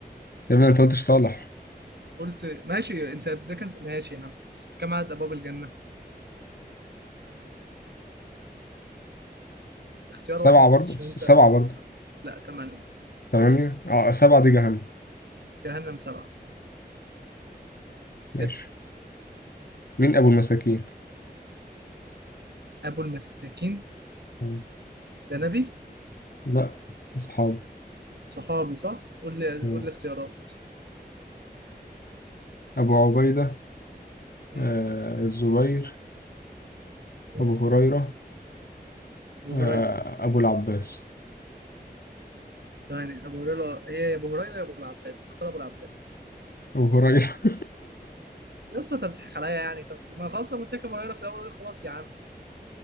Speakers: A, on the left; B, on the right.
A: يا ابني انت قلتش صالح
B: قلت ماشي انت ده كان ماشي يا عم كم عدد ابواب الجنه اختيار
A: سبعة
B: واحد بس
A: برضه
B: عشان
A: س-
B: انت
A: سبعة برضه
B: لا ثمانيه
A: تمانية اه سبعة
B: أه.
A: دي جهنم
B: جهنم سبعه
A: ماشي
B: اسال
A: مين أبو المساكين؟
B: ابو المساكين
A: مم.
B: ده نبي
A: لا أصحابه
B: صحابي صح قول لي
A: مم.
B: قول لي اختيارات
A: أبو عبيدة
B: م-
A: آه الزبير
B: م.
A: أبو هريرة
B: ابو
A: آه،
B: هريره
A: أبو العباس
B: ثواني ابو هريره هي يا ابو هريره يا ابو العباس فاختار ابو العباس
A: أبو هريرة <laughs>
B: يا اسطى انت بتضحك عليا يعني طب ما خلاص لما قلت لك ابو هريره في الاول خلاص يا عم